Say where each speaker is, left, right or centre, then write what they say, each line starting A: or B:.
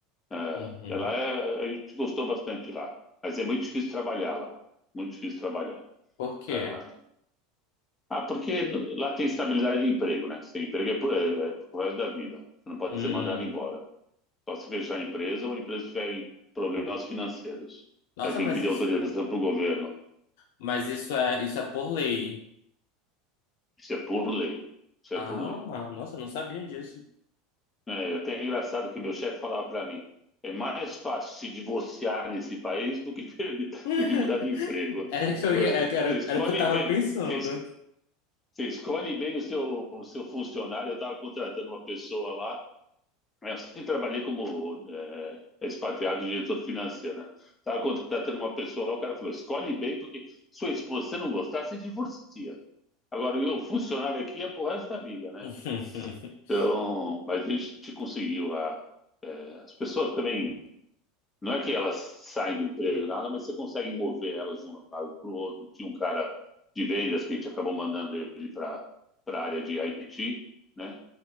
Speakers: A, on the left; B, on the left.
A: ah,
B: Uhum.
A: ela é, a gente gostou bastante lá, mas é muito difícil trabalhar lá, muito difícil trabalhar.
B: Por quê?
A: Ah, Ah, porque lá tem estabilidade de emprego, né? Seu emprego é por, é, é pro resto da vida. Você não pode
B: Hum.
A: ser mandado embora. Só se fechar a empresa ou a empresa tiver problemas financeiros.
B: Nossa,
A: Aí tem
B: mas
A: que pedir
B: isso,
A: autorização pro governo.
B: mas isso é, isso é por lei.
A: Isso é por lei. Isso
B: Ah,
A: é por lei.
B: nossa, eu não sabia disso.
A: É, até é engraçado que meu chefe falava para mim, é mais fácil se divorciar nesse país do que perder,
B: <laughs>
A: do que mudar de emprego.
B: Era que eu
A: Você
B: ia, era,
A: escolhe
B: era o que eu tava
A: bem,
B: pensando.
A: você, você escolhe bem o seu, o seu funcionário. Eu estava contratando uma pessoa lá É, Eu sempre trabalhei como é, expatriado diretor financeiro, né? Tava contratando uma pessoa lá, o cara falou: escolhe bem, porque sua esposa, se você não gostar, você divorcia. Agora, o funcionário aqui é pro resto da vida, né?
B: <laughs>
A: Então, mas a gente conseguiu lá. É, as pessoas também, não é que elas saem do emprego, nada, mas você consegue mover elas de um lado para o outro. Tinha um cara de vendas que a gente acabou mandando ele para para a área de IT, né?